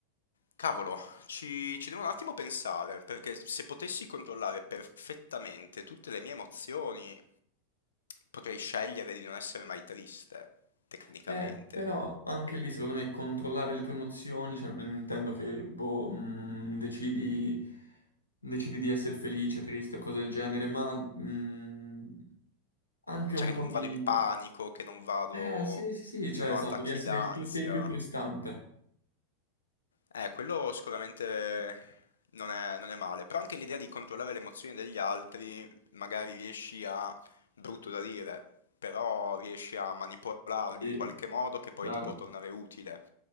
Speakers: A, on the left; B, on the left.
A: cavolo, ci, ci devo un attimo pensare, perché se potessi controllare perfettamente tutte le mie emozioni, potrei scegliere di non essere mai triste, tecnicamente.
B: Eh, però anche lì secondo me controllare le tue emozioni, cioè non intendo che boh, mm, decidi, decidi di essere felice, triste o cose del genere, ma mm, anche
A: Cioè
B: un
A: che
B: po'
A: non
B: di...
A: vado in panico, che non vado,
B: Eh sì, sì, sì, cioè
A: non ho
B: esatto,
A: attacchi
B: di essere
A: d'ansia.
B: il tuo te più prestante.
A: Eh, quello sicuramente non è, non è male, però anche l'idea di controllare le emozioni degli altri, magari riesci a, brutto da dire, però riesci a manipolarli
B: Sì,
A: in qualche modo che poi
B: chiaro.
A: ti può tornare utile.